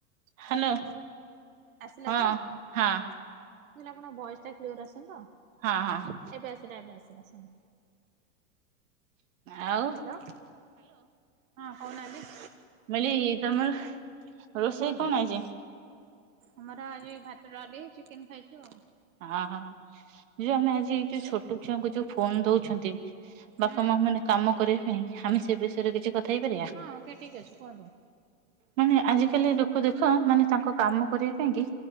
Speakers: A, on the right; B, on the right.
A: ହ୍ୟାଲୋ।
B: ଆସିଲା
A: ହଁ
B: ତ?
A: ହଁ
B: ବ ଆପଣଙ୍କ ଭଏସଟା କ୍ଲିଅର ଆସୁନି ତ।
A: ହଁ ହଁ।
B: ଏବେ ଆସିଲା ଏବେ ଆସିଲା ସାଙ୍ଗ।
A: ଆଉ
B: ହ୍ୟାଲୋ, ହଁ କହୁନାହାନ୍ତି।
A: ବୋଇଲି ତମର ରୋଷେଇ
B: କୁହନ୍ତୁ
A: କଣ ଆଜି?
B: ଆମର ଆଜି ଭାତଡାଲି ଚିକେନ ଖାଇଛୁ ଆଉ।
A: ହଁ ହଁ ଯୋଉ ଆମେ ଆଜି ଯୋଉ ଛୋଟ ଛୁଆଙ୍କୁ ଯୋଉ ଫୋନ ଦଉଛନ୍ତି। ବାପାମାମାନେ
B: ହୁଁ
A: କାମ କରିବା ପାଇଁ ଆମେ ସେ ବିଷୟରେ କିଛି କଥା ହେଇ ପାରିବା?
B: ହଁ ଓକେ, ଠିକ୍ ଅଛି କୁହନ୍ତୁ।
A: ମାନେ ଆଜିକାଲି ଲୋକ ଦେଖ ମାନେ ତାଙ୍କ କାମ କରିବା ପାଇଁ କି